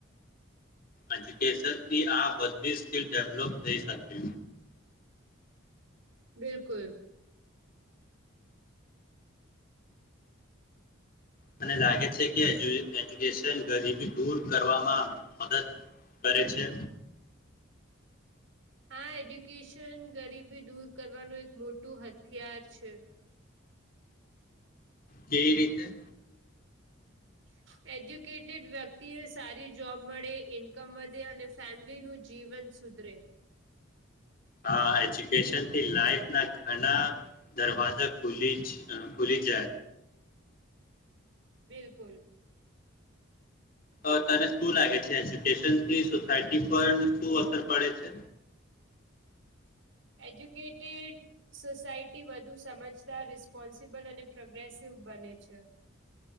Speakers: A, on the left; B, on the right.
A: એજુકેશનથી આ બધી સ્કીલ ડેવલોપ થઈ શકે.
B: બિલકુલ.
A: મને લાગે છે કે એ એજ્યુકેશન ગરીબી દૂર કરવામાં મદદ કરે છે.
B: હા એજ્યુકેશન ગરીબી દૂર કરવાનું એક મોટું હથિયાર છે.
A: કેવી રીતે?
B: <inaudible> એજ્યુકેટેડ વ્યક્તિને સારી જોબ મળે ઈન્કમ વધે અને ફેમિલીનું જીવન સુધરે.
A: હા એજ્યુકેશનથી લાઈફના ઘણા દરવાજા ખુલી જ અ ખુલી જાય.
B: બિલકુલ.
A: અ તને શું લાગે છે એજ્યુકેશનથી સોસાયટી પર શું અસર પડે છે?
B: એજ્યુકેટેડ સોસાયટી વધુ સમજદાર રીસ પોન્સિબલ અને પ્રોગ્રેસિવ બને છે.